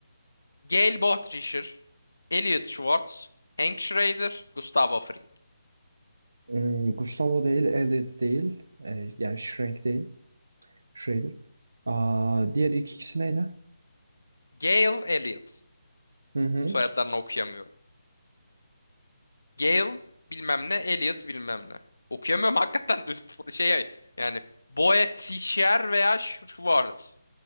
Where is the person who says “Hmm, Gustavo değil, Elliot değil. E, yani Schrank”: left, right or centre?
Right